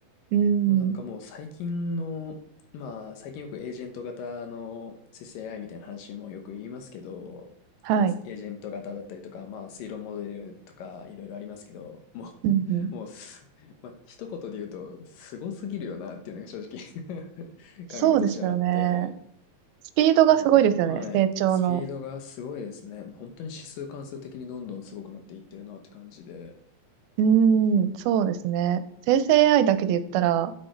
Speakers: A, on the right (about 85°); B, on the left (about 70°).
A: うん。
B: でもなんかもう最近の、まあ最近よくエージェント型の生成 a イみたいな話もよく言いますけど、
A: はい。
B: エージェント型だったりとか、まあ推論モデルとかいろいろありますけど、もう、
A: うんうん。
B: <laughs> もうす、まあ一言で言うと、すごすぎるよなっていうのが正直 <laughs>
A: そうですよね。
B: 感覚としてはあって、
A: スピードがすごいですよね、
B: まあ、はい。
A: 成長の。
B: スピードがすごいですね。本当に指数関数的にどんどんすごくなっていってるなって感じで。
A: うん、そうですね。生成 AI だけで言ったら、